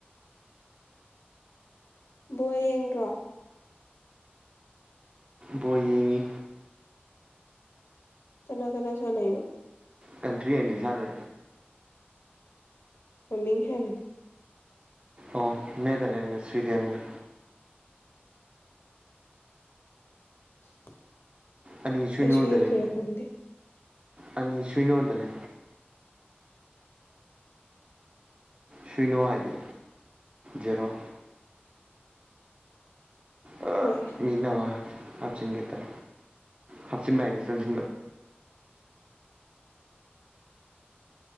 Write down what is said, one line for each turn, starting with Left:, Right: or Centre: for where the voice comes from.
Left: ꯕꯣ ꯌꯦꯡꯗ꯭ꯔꯣ
Right: ꯕꯣ ꯌꯦꯡꯉꯤ
Left: ꯀꯅꯥ ꯀꯅꯥ ꯁꯅꯅ
Right: ꯀꯇ꯭ꯔꯤ ꯑꯅꯤ ꯁꯅ
Left: ꯃꯃꯤꯡ ꯍꯥꯏꯕꯅꯤ
Right: ꯑꯣ ꯅꯦꯗꯔꯂꯦꯟ ꯁ꯭ꯋꯤꯗꯦꯟꯒ
Left: <inaudible>
Right: ꯑꯅꯤꯁꯨ
Left: ꯑꯩꯁꯨ
Right: ꯌꯉꯣꯟꯗꯂꯦ
Left: ꯌꯦꯡꯁꯤꯔ ꯈꯪꯗꯦ
Right: ꯑꯅꯤ ꯁꯅꯣꯃꯗꯔꯦ ꯁꯨꯏꯅꯣ ꯍꯥꯏꯗꯤ ꯖꯦꯔꯣ ꯑ
Left: ꯍꯣꯏ
Right: ꯃꯤꯅꯃ ꯍꯥꯞꯆ ꯀꯇ ꯍꯥꯞꯆꯤꯟꯥꯏꯗꯤ ꯁꯟꯖꯤ